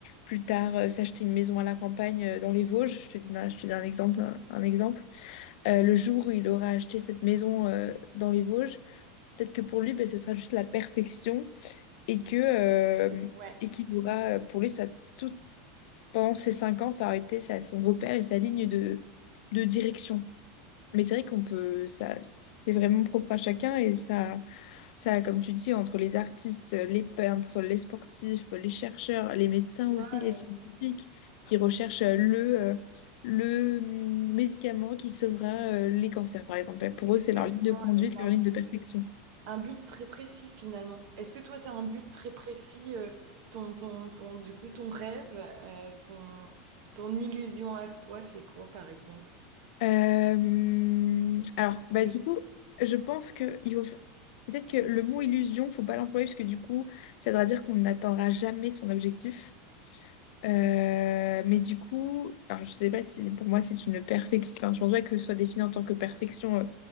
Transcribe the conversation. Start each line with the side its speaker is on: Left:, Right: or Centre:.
Left: plus tard euh, s'acheter une maison à la campagne euh, dans les Vosges. Je te dis, un- je te dis un exemple, un, un exemple. Euh, le jour où il aura acheté cette maison euh, dans les Vosges, peut-être que pour lui, ben, ce sera juste la perfection et que euh,
Right: Ouais,
Left: et qu'il aura euh, pour lui ça tout pendant ces cinq ans ça aurait été ça, son repère et sa ligne de de direction mais c'est vrai qu'on peut ça c'est vraiment propre à chacun et ça ça comme tu dis entre les artistes les peintres les sportifs les chercheurs les médecins
Right: Pas,
Left: aussi les
Right: euh,
Left: scientifiques qui recherchent euh, le euh, le hum, médicament qui sauvera euh, les cancers par exemple pour
Right: exactement,
Left: eux c'est leur ligne de conduite
Right: avec
Left: leur
Right: un
Left: ligne
Right: but.
Left: de perfection
Right: Un but très précis finalement. Est-ce que toi, tu as un but très précis, euh, ton, ton, ton, du coup, ton rêve, euh, ton, ton illusion à toi, c'est quoi par exemple?
Left: Euh, alors,
Right: Ah,
Left: bah,
Right: je-
Left: du coup, je pense que il faut... fa- peut-être que le mot illusion, faut pas l'employer parce que du coup, ça voudra dire qu'on n'atteindra jamais son objectif. Euh, mais du coup, alors, je sais pas si pour moi c'est une perfection. Enfin, je pense pas que ce soit défini en tant que perfection. euh,